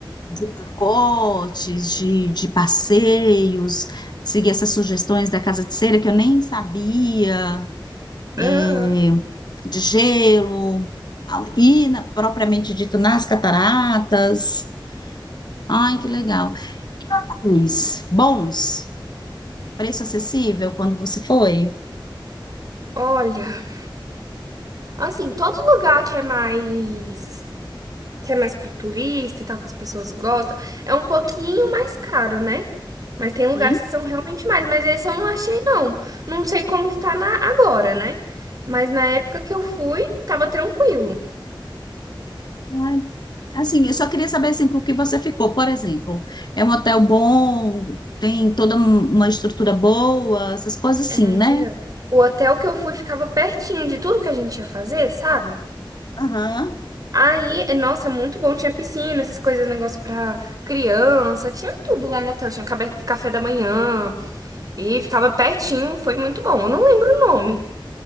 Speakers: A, on the left (about 55°); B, on the right (about 45°).
A: de pacotes, de, de passeios, seguir essas sugestões da Casa de Cera que eu nem sabia eh,
B: Aham.
A: de gelo, ao- e na- propriamente dito nas cataratas. Ai, que legal. E hotéis bons, preço acessível quando você foi?
B: Olha, assim, todo lugar que é mais que é mais para turista e tal, que as pessoas gostam, é um pouquinho mais caro, né? Mas tem lugares
A: Hum?
B: que são realmente mais, mas esse eu não achei não. Não sei como que tá na agora, né? Mas na época que eu fui, tava tranquilo.
A: Ai, Assim, eu só queria saber assim, com o que você ficou. Por exemplo, é um hotel bom, tem toda um- uma estrutura boa, essas coisas assim,
B: Era.
A: né?
B: O hotel que eu fui ficava pertinho de tudo que a gente ia fazer, sabe?
A: Aham.
B: Aí, é, nossa, é muito bom. Tinha piscina, essas coisas, negócio pra criança. Tinha tudo lá no hotel. Tinha cabe- café da manhã. E ficava pertinho. Foi muito bom. Eu não lembro o nome.